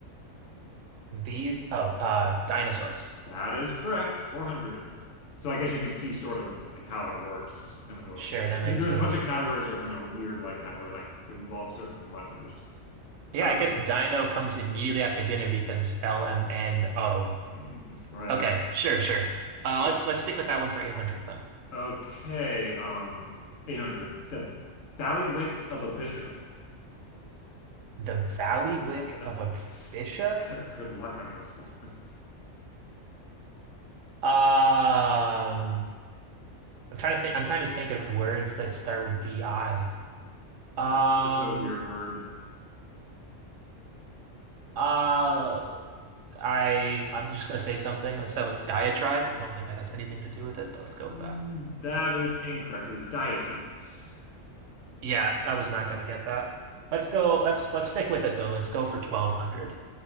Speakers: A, on the right; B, on the left.
A: These oh uh dinosaurs.
B: That is correct. 400. So I guess you can see sort of like how that works. Kind of a
A: Sure, that makes
B: th- there's
A: sense.
B: a bunch of categories that are kind of weird like that where like they involve certain letters.
A: Yeah,
B: Okay.
A: I guess dino comes immediately after dinner because LMNO.
B: <laughs> Right.
A: Okay, sure, sure. Uh
B: O-
A: let's let's stick with that one for 800 then.
B: Okay. Um 800. The ballywick of a bishop.
A: The valley wick
B: <laughs>
A: of a bishop?
B: Good good luck on this one. <laughs>
A: Um I'm trying to think I'm trying to think of words that start with DI. Um
B: This is this is a weird word.
A: uh I I'm just gonna say something. Let's go with diatribe. I don't think that has anything to do with it, but let's go
B: Mm,
A: with that.
B: That is incorrect. It is diocese.
A: Yeah, I was not going to get that. Let's go. Let's let's stick with it though. Let's go for 1200.